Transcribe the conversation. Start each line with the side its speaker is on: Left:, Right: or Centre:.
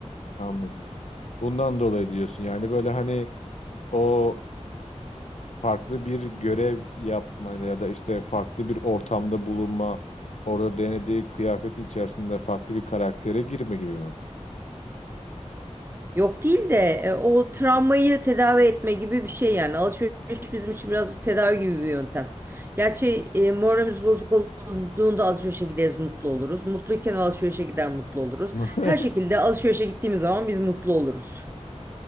Left: anladım. Bundan dolayı diyorsun. Yani böyle hani o farklı bir görev yapma ya da işte farklı bir ortamda bulunma, orada denediği kıyafetin içerisinde farklı bir karaktere girme gibi mi?
Right: Yok değil de e, o travmayı tedavi etme gibi bir şey yani. Alışveriş bizim için birazcık tedavi gibi bir yöntem. Gerçi e, moralimiz bozuk olduğunda alışverişe gideriz mutlu oluruz. Mutluyken alışverişe gider mutlu oluruz.
Left: <laughs>
Right: Her şekilde alışverişe gittiğimiz zaman biz mutlu oluruz.